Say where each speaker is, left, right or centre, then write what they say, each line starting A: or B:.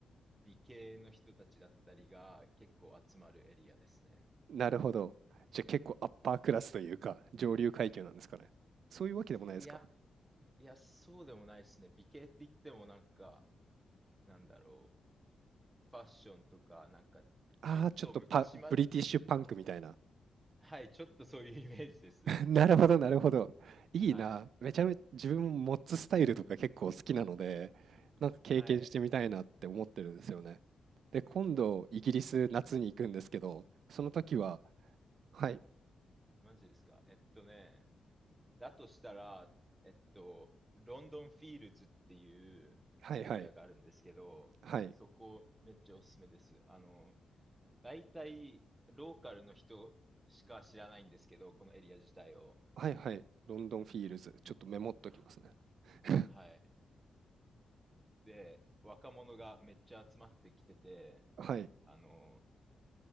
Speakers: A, on the right; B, on the right.
A: 美形の人たちだったりが結構集まるエリアですね。
B: なるほど。じゃあ結構アッパークラスというか、上流階級なんですかね。そういうわけでもないですか
A: いや、いや、そうでもないですね。美形って言ってもなんか、なんだろう、ファッションとか、なんか、
B: ああ、
A: ちょっと昔ま、
B: ちょっとパブリティッシュパンクみたいな。
A: はい、ちょっとそういうイメージです。
B: <laughs> なるほど、なるほど。いいな。
A: はい、
B: めちゃめちゃ自分もモッツスタイルとか結構好きなので、なんか経験してみたいなって思ってるんですよね。
A: はい。
B: で、今度、イギリス夏に行くんですけど、その時は、はい、
A: マジですか。えっとね、だとしたら、えっと、ロンドンフィールズっていうエリアがあるんですけど、
B: はいはい、はい、
A: そこめっちゃおすすめです。あの、大体ローカルの人しか知らないんですけど、このエリア自体を。
B: はいはい、ロンドンフィールズ。ちょっとメモっときますね。
A: は、
B: <laughs>
A: はい。で、若者がめっちゃ集まってきてて、
B: はい、
A: あの、